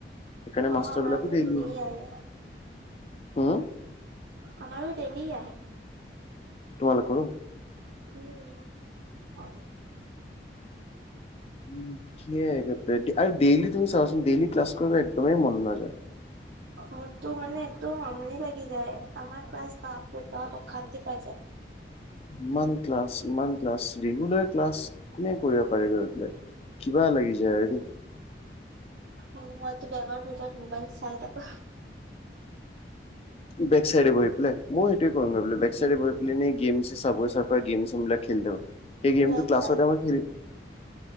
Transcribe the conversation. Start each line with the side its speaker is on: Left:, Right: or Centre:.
Left: সেইকাৰণে
Right: অ,
Left: মাষ্টৰ
Right: আমাৰোতো
Left: বিলাকো ডেইলি
Right: ধেইলি আহে।
Left: উম
Right: আমাৰো ডেইলি আহে।
Left: তোমালোকৰো।
Right: উম হয়,
Left: উ কি এক আৰু ডেইলি তুমি চাওচোন ডেইলি ক্লাছ কৰিবলে একদমেই মন নাযায়।
Right: মতটো মানে একদম আমনি লাগি যায় আমাৰ ক্লাছ বাপৰে বাপ অশান্তি পাই যায়।
Left: ইমান ক্লাছ ইমান ক্লাছ ৰেগুলাৰ ক্লাছ কোনে কৰিব পাৰিব ইমান গাল, কিবা লাগি যায় আৰু
Right: উ মইতো বেগৰ ভিতৰত মোবাইল চাই থাকো।
Left: বেক চাইডে বহি পেলাই মই সেইটোৱে কৰো বেক চাইডে বহি পেলিনে গেম চ চাব চাব, গেম চেমবিলাক খেলি থাকো সেই গেমটো
Right: বেগ
Left: ক্লাছৰ
Right: চাই
Left: টাইমত খেলি,